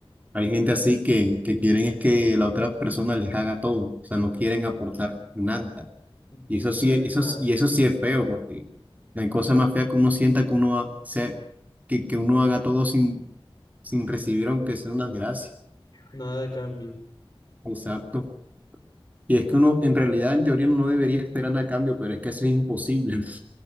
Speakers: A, on the right (about 15°); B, on the left (about 45°).
A: hay gente así que, que quieren es que la otra persona les haga todo. O sea, no quieren aportar nada.
B: Y, y
A: Y eso
B: nada
A: sí, eso,
B: es nada,
A: sí- y eso sí es feo, porque la cosa más fea que uno sienta que uno ha- sea, que, que uno haga todo sin, sin recibir, aunque sea unas gracias
B: nada de cambio.
A: Exacto. Y es
B: To-
A: que uno, en realidad, en teoría, no debería esperar nada a cambio, pero es que eso es imposible.